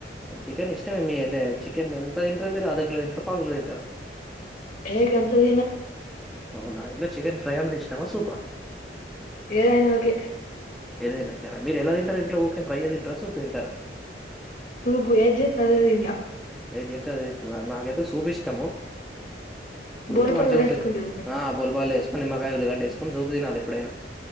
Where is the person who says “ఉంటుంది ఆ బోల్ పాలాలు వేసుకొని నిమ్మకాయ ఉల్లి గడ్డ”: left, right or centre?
Centre